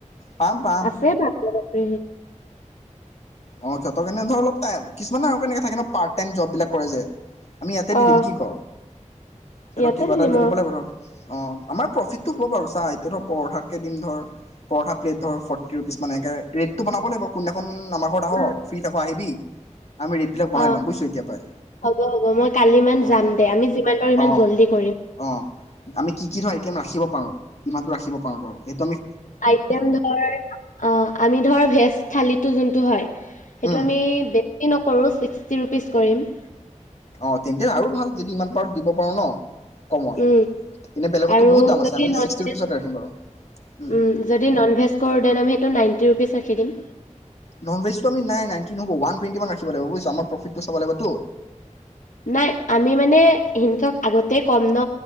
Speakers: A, on the left (about 55°); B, on the left (about 80°).
A: পাম পাম
B: আছে ভালে।
A: অঁ, সিহঁত কেনে ধৰ অলপ টাই কিছুমানে আৰু কেনেকা থাকেনে পাৰ্ট টাইম জবিলাক কৰে যে? আমি ইয়াতে দি
B: অ
A: দিম কি ক সিহঁতক
B: ইয়াতে
A: কিবা এটা
B: দিম
A: দি
B: অ
A: দিব লাগিব ধৰক অঁ। আমাৰ প্ৰফিটটো হ'ব বাৰুা এতিয়া ধ পৰঠাকে দিম ধৰ পৰঠা প্লেট ধৰ ফৰ্টি ৰুপিজ মান এে ৰেটটো বনাব লাগিব কোন খন আহত আহঁ
B: উম,
A: ফ্ৰী থাকো আহিবি আমি ৰেটবিলাক বঢ়াই
B: অ
A: ল'ম বুজিছোঁ এতিয় পৰাাই
B: হ'ব হ'ব মই কালি মান
A: অঁ
B: যাম দে আমি যিমান পাৰো সিমান
A: অঁ
B: জল্দি কৰিম
A: অঁ আমি কি কি ধৰ আইটেম ৰাখিব পাৰোঁ ইমানো ৰাখিব পাৰো ধ
B: আইটেম ধৰ অ আমি ধৰ ভেজ থালিটো যোনটো হয় সেইটো
A: উম,
B: আমি বেছি নকৰো ছিক্সটি ৰূপিছ কৰিম।
A: অ তেন্তে আৰু ভাল যদি ইমান পাৰত দিব পাৰো ন কমত
B: উ
A: এনে বেলেগতো
B: আৰু
A: বহুত দাম আছে
B: যদি
A: আমি
B: নন
A: ছিক্সটি
B: ভেজ
A: ৰুপিচত ৰাখিম বাৰু উম,
B: উ যদি নন ভেজ কৰোঁ তেনে আমি সেইটো নাইনটি ৰুপিচ ৰাখি দিম
A: নন ভেজটো আমি নাই নাই কিন্তু ওৱান টুৱেণ্টিমান ৰাখিব লাগিব বুজিছ আমাৰ প্ৰফিটটো চাব লাগিবতো
B: নাই আমি মানে সিহঁতক আগতে ক'ম ন